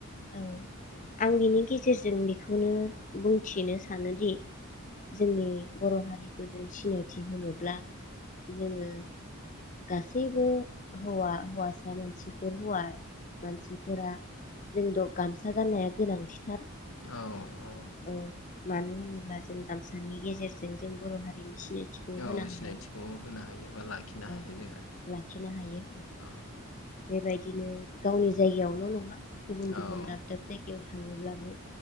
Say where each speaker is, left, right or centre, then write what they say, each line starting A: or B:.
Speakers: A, on the left (about 35°); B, on the left (about 70°).
A: औ आं बिनि गेजेरजों बेखौनो बुं थिनो सानोदि जोंनि बर' हा रिखौ गोजौ सिनायथि होनोब्ला जोङो गासैबो हौवा हौवासा मानसिफोर हौवा मानसिफोरा जोंथ' गामसा गाननाया गोनांथिथार
B: औ औ
A: औ मानो होनोब्ला जों गामसानि गेजेरजों जों बर' हारिनि सिनायथिखौ
B: औ
A: होनो हायो
B: सिनायथिखौ होनो हायो बा लाखिनो
A: औ
B: हायो जोङो
A: लाखिनो हायो बेबायदिनो गावनि जायगायावल' नङा गुबुन
B: औ
A: गुबुन दाब दाब जायगायाव थांओब्लाबो